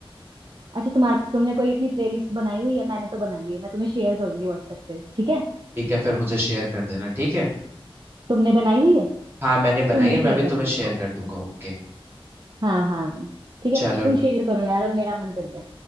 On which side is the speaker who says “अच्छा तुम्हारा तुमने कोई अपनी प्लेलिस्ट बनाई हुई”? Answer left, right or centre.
Right